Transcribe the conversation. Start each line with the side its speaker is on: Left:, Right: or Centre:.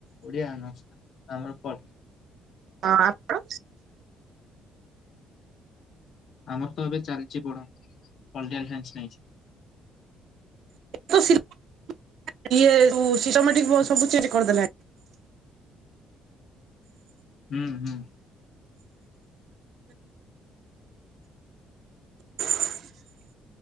Left: ଓଡିଆ ଅନର୍ସ୍ ଆମର ପ
Right: ହଁ ଆପଣ?
Left: ଆମର ତ ଏବେ ଚାଲଚି ପଢା ପଲଟିକାଲ ସାଇନସ୍ ନେଇଚି।
Right: ଶ ସି ଇଏ ଯୋଉ ସିଷ୍ଟମେଟିକ ବ ସବୁ ଚେଞ୍ଜ କରିଦେଲା। <inaudible>
Left: ହୁଁ ହୁଁ।
Right: <inaudible>